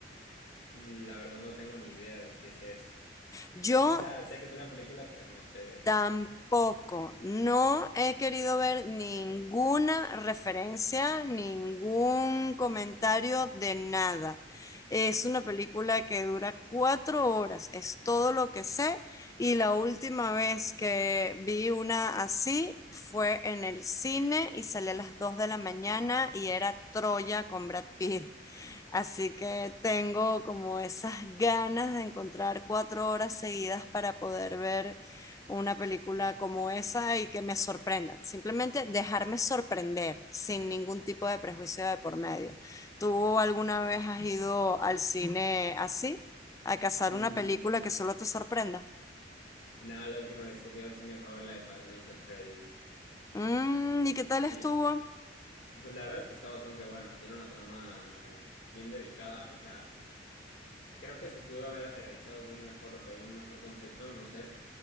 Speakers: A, on the left; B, on the left.
A: La verdad no tengo ni idea de qué sea eso.
B: Yo
A: O sea, sé que es una película, pero no sé.
B: tampoco. No he querido ver ninguna referencia, ningún comentario de nada. Es una película que dura cuatro horas, es todo lo que sé. Y la última vez que vi una así fue en el cine y salí a las dos de la mañana y era Troya con Brad Pitt. Así que tengo como esas ganas de encontrar cuatro horas seguidas para poder ver una película como esa y que me sorprenda. Simplemente dejarme sorprender sin ningún tipo de prejuicio de por medio. ¿Tú alguna vez has ido al cine así? ¿A cazar
A: Mm,
B: una película que solo te sorprenda?
A: no, la última vez que fui al cine fue a ver la de Five Nights at Freddy's.
B: Mm, ¿y qué tal
A: Y
B: estuvo?
A: pues la verdad es que está bastante buena. Tiene una trama bien dedicada. O sea, Creo que se pudo haber aterrizado de un mejor, de un mejor concepto, no sé.